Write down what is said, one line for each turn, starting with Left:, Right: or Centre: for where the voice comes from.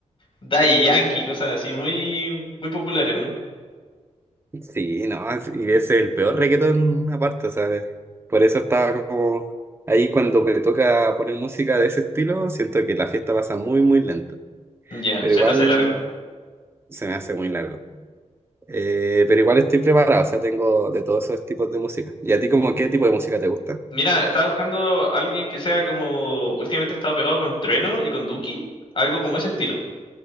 Left: Daddy Yankee, cosas así muy, muy populares, ¿no?
Right: Sí, no, sí, y es el peor reggaetón aparte, ¿sabes? Por eso estaba como ahí cuando me toca poner música de ese estilo, siento que la fiesta pasa muy, muy lento,
Left: Ya,
Right: pero
Left: se
Right: igual
Left: te hace largo.
Right: se me hace muy largo. Eh, pero igual estoy preparado, o sea, tengo de todos esos tipos de música. ¿Y a ti como qué tipo de música te gusta?
Left: Mira, estaba buscando alguien que sea como últimamente he estado pegado con Trueno y con Duki, algo como ese estilo.